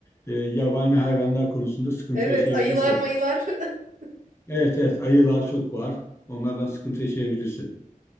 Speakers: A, on the left; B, on the right.
A: e, yabani hayvanlar konusunda sıkıntı
B: Evet
A: yaşayabilirsin.
B: ayılar mayılar <laughs>
A: Evet evet ayılar çok var. Onlardan sıkıntı yaşayabilirsin.